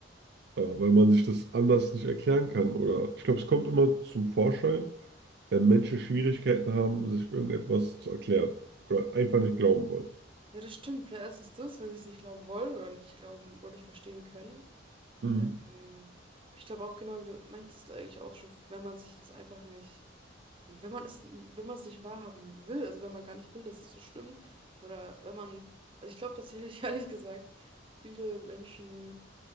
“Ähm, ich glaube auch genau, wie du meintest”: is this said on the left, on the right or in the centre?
Right